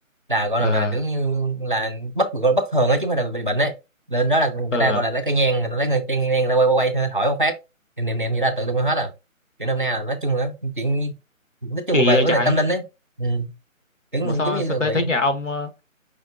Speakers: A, on the right; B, on the left.
A: là gọi
B: ờ
A: là mà kiểu như là bất gọi là bất thường ấy chứ không phải là bị bệnh ấy lên đó là người
B: ờ
A: ta gọi là lấy cây nhang người ta lấy người cây nhang người ta quay quay quay thổi một phát niệm niệm niệm gì là tự động hết à kiểu năm nay là nói chung là chuyện nói chung
B: kỳ
A: là về
B: vậy
A: vấn
B: trời
A: đề tâm linh ấy ừ. kiểu
B: mà
A: như-
B: sao
A: giống như
B: sao
A: là
B: thấy
A: bị
B: thấy nhà ông ờ,